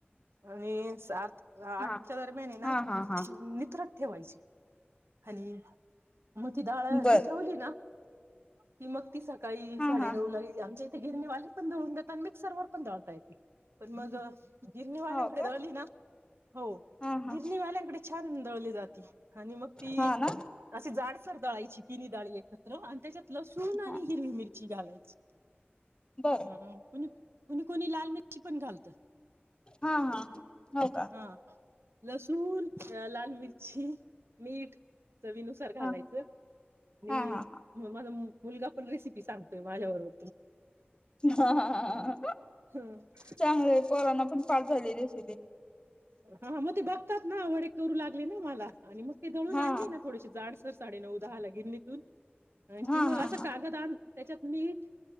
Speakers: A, on the right; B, on the left.
A: आणि सात आठच्या
B: हा
A: दरम्यान हे ना
B: हा हा हा
A: नितळत ठेवायची. <inaudible> आणि मग ती डाळ
B: बर
A: निसरवली ना ती मग ती स सकाळी
B: हा
A: साडेनऊला
B: हा
A: गेली आमच्या इथं गिरणी वाले पण दळून देतात अन मिक्सरवर पण दळता येती पण मग गिरणी वाल्यांकडे
B: हो का
A: दळली ना. हो
B: हा हा
A: गिरणी वाल्यांकडे छान दळली जाती आणि मग ती
B: हा ना
A: अशीच जाडसर दळायची तिनी डाळी एकत्र आणि त्याच्यात लसूण आणि
B: हा
A: हिरवी मिरची घालायची
B: बर
A: <unintelligible> कुणी कुणी लाल मिरची पण घालत.
B: हा हा हा हो का
A: हा लसूण, लाल मिरची, मीठ चवीनुसार घालायचं
B: हा
A: नी
B: हा हा
A: <unintelligible> मुलगा पण रेसिपी सांगतोय माझ्याबरोबर
B: हाहाहा
A: तुम्हाला.
B: चांगलंय पोरांना पण पाट झाली रेसिपी
A: हा मग ते बघतात ना वडे करू लागले नाई मला आणि मग ती दळून
B: हा
A: आणली ना मग थोडीसे जाडसर साडेनऊ दहाला गिरणीतून <unintelligible> ह्याच्यात
B: हा हा हा
A: मीठ